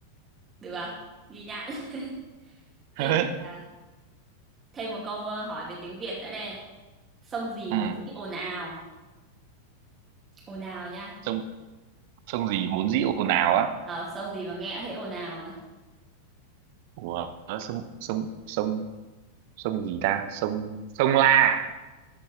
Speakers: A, on the right (about 20°); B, on the right (about 50°).
A: được à? ghi nhận <laughs> thế
B: <laughs>
A: thì à, thêm một câu ờ, hỏi về tiếng Việt đã đây sông gì
B: ừ
A: vốn dĩ ồn ào ồn ào nhá
B: sông sông gì vốn dĩ ồn ào á
A: ờ, sông gì mà nghe thấy ồn ào
B: ủa sông sông sông sông gì ta sông sông La